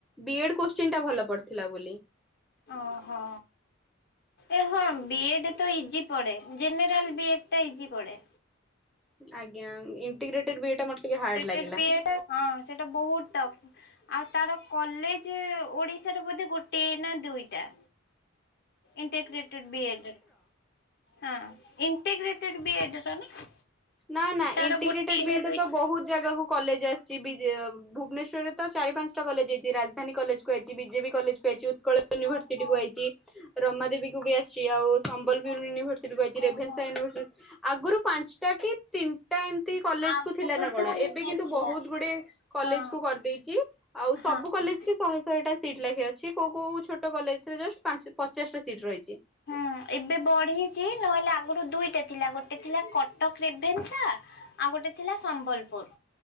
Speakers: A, in the centre; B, on the left.
A: ବି ଏଡ କୋ୍ଶ୍ଚିନ୍ ଟା ଭଲ ପଡ଼ିଥିଲା ବୋଲି।
B: ଅହୋ। ଏ ହଁ ବି ଏଡ ତ ଇଜିି ପଡ଼େ ଜେନୋରାଲ ବି ଏଡ ଟା ଇଜିି ପଡ଼େ।
A: ଆଜ୍ଞା ଇଣ୍ଟିଗ୍ରେଟେଡ ବି ଏଡ୍ ଟା ମତେ ଟିକେ ହାର୍ଡ
B: ଗ୍ରେଟେଡ
A: ଲାଗିଲା।
B: ବି ଏଡ୍ ହଁ ସେଟା ବହୁତ୍ ଟପ୍। ଆଉ ତାର କଲେଜେ ଓଡିଶାରେ ବୋଧେ ଗୋଟିଏ ନା ଦୁଇଟା। ଇଣ୍ଟେଗ୍ରେଟେଡ ବି ଏଡ ର। ହଁ ଇଣ୍ଟିଗ୍ରେଟେଡ ବି ଏଡ ର ନା।
A: ନା ନା
B: ତାର
A: ଇଣ୍ଟିଗ୍ରେଟେଡ
B: ଗୋଟିଏ
A: ବି
B: ନା
A: ଏଡ
B: ଦୁଇଟା
A: ତ ବହୁତ ଜାଗାକୁ କଲେଜ ଆସିଛି ବିଯେ ଭୁବନେଶ୍ୱରରେ ତ ଚାରି ପାଞ୍ଚଟା କଲେଜ ଆଇଛି ରାଜଧାନୀ କଲେଜକୁୁ ଆଇଛି ବିଜେପି କଲେଜକୁୁ ଆଇଛି। କଳ ୟୁନିଭରସିଟି
B: ଓହୋ
A: କୁ ଆଇଛି ରମା ଦେବୀ କୁ ବି ଆସିଛି ଆଉ ସମ୍ବଲପୁର
B: ଆଚ୍ଛା।
A: ୟୁନିଭର୍ସିଟି କୁ ଆଇଛି ରେଭେନ୍ସା
B: ଓହୋ
A: ୟୁନିଭର୍ସିଟି ଆଗରୁ ପାଞ୍ଚଟା କି ତିନିଟା ଏମତି କଲେଜ
B: ଆଗରୁ
A: କୁ ଥିଲା ନା କଣ
B: ଦୁଇଟା
A: ଏବେ କିନ୍ତୁ
B: ଥିଲା
A: ବହୁତ ଗୁଡେ କଲେଜ
B: ହଁ
A: କୁ କରିଦେଇଛି ଆଉ ସବୁ
B: ହଁ।
A: କଲେଜ
B: ହଁ।
A: କି ଶହେ ଶହେଟା ସିଟ୍ ଲେଖା ଅଛି କୋଉ କୋଉଁ ଛୋଟ କଲେଜରେ ଜଷ୍ଟ ପଚାଶଟା ସିଟ୍ ରହିଛି।
B: ହୁଁ ଏବେ ବଢ଼େଇଛି ନହେଲେ ଆଗୁରୁ ଦୁଇଟା ଥିଲା ଗୋଟେ ଥିଲା କଟକ ରେଭେନ୍ସା ଆଉ ଗୋଟେ ଥିଲା ସମ୍ବଲପୁର।